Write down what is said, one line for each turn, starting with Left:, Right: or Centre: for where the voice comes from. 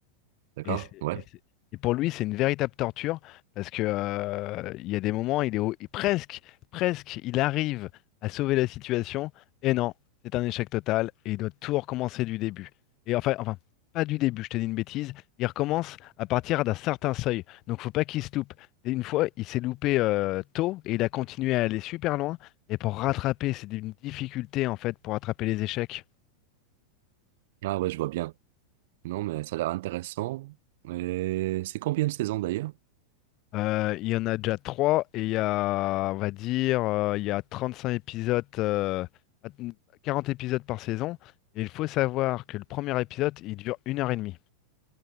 Right: D'accord?
Left: Et, c'est-
Right: Ouais.
Left: et c'est- et pour lui, c'est une véritable torture parce que euh, il y a des moments, il est au- et presque, presque, il arrive à sauver la situation et non, c'est un échec total et il doit tout recommencer du début. Et enfin, enfin, pas du début, je t'ai dit une bêtise. Il recommence à partir d'un certain seuil, donc faut pas qu'il se loupe. Et une fois, il s'est loupé euh, tôt et il a continué à aller super loin. Et pour rattraper, c'est une difficulté en fait pour rattraper les échecs.
Right: Ah ouais, je vois bien. Non, mais ça a l'air intéressant. Et c'est combien de saisons d'ailleurs?
Left: Euh, il y en a déjà trois et il y a, on va dire, euh, il y a 35 épisodes, euh, à- 40 épisodes par saison. Et il faut savoir que le premier épisode, il dure une heure et demie.